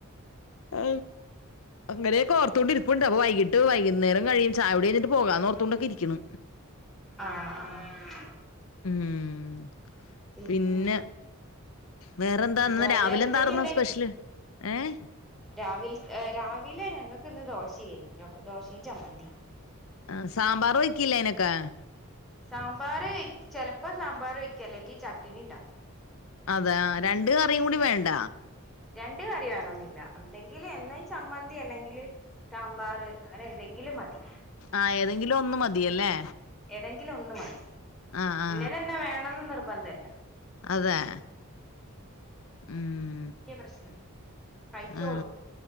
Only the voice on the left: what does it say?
അ അങ്ങനെയൊക്ക ഓർത്തോണ്ട് ഇരിപ്പണ്ട് അപ്പൊ വൈകിട്ട് വൈകുന്നേരം കഴിയും ചായകുടി കഴിഞ്ഞട്ട് പോകാന്നോർത്തൂണ്ടക്ക ഇരിക്കണ്
ഉം
പിന്ന വേറെന്താ
ഇന്ന്
രാവിലെ എന്താരിന്ന് സ്പെഷ്യല് ഏഹ്
അഹ് സാമ്പാറ് വെക്കില്ലെ അയ്നൊക്ക്‌
അതെ അഹ് രണ്ട് കറിയും കൂടി വേണ്ട
ആഹ് ഏതെങ്കിലും ഒന്ന് മതിയല്ലേ
ആ ആ
അതേ ഉം
ആ